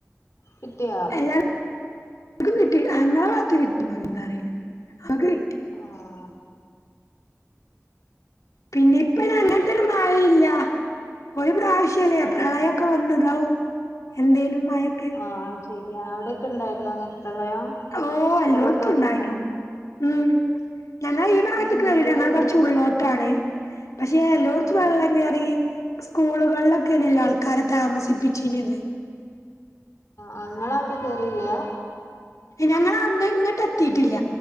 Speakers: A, on the left; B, on the left.
A: കിട്ടിയോ
B: എല്ലാർക്കും കിട്ടി അങ്ങളെ വാത്തു കിട്ടണിണ്ടോ അറീല നങ്ങക്ക് കിട്ടി
A: ആഹ്
B: പിന്നെ ഇപ്പയിന് അങ്ങനത്തെ ഒരു മഴയില്ല ഒരു പ്രാവശ്യല്ലേ പ്രളയൊക്കെ വന്നത് ഔ എന്തേനു. മഴൊക്കെ
A: ആഹ് ശരിയാ അവിടൊക്കെ ണ്ടായിരുന്നോ അങ്ങ പ്രളയം.
B: ഓ അല്ലോട്ത്തുണ്ടായിനു
A: വെള്ളൊക്കെ വന്നിരുന്നോ
B: ഉം ഞങ്ങളെ ഈ ഭാഗത്ത്ക്ക്
A: എന്നിട്ട് ഇങ്ങളെന്താ
B: വരൂല ഞങ്ങൾ
A: ചെയ്തേ
B: കുറച്ച് ഉള്ളോട്ടാണ്. പക്ഷേ എല്ലോടത്തും
A: ആഹ്
B: വെള്ളം കേറി സ്കൂളുകളിലൊക്കെന്നല്ലോ ആൾക്കാരെ താമസിപ്പിച്ചീനത്.
A: ആ ങ്ങളെവിടെ കേറില്യ
B: ഞങ്ങളന്ന് ഇങ്ങട്ട് എത്തിയിട്ടില്ല